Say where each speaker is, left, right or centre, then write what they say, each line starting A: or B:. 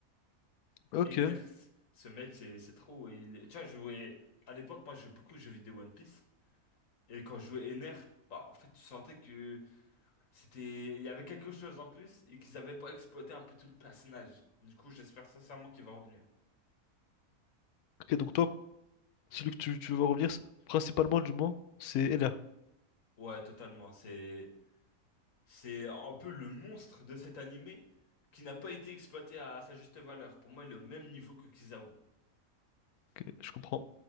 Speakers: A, on the left (about 85°); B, on the left (about 65°).
A: Ok.
B: Ener, c- ce mec, c'est c'est trop. Il, est- tu vois, je jouais à l'époque, moi je jouais beaucoup aux jeux vidéo One Piece, et quand je jouais Ener, bah en fait, tu sentais que c'était, il y avait quelque chose en plus et qu'ils avaient pas exploité un peu tout le personnage. Du coup, j'espère sincèrement qu'il va revenir.
A: Ok, donc toi. Celui que tu, tu veux revenir, c'est- principalement du moins, c'est Ena.
B: Ouais, totalement. C'est C'est un peu le monstre de cet animé qui n'a pas été exploité à sa juste valeur. Pour moi, il est au même niveau que Kizaru.
A: Ok, je comprends.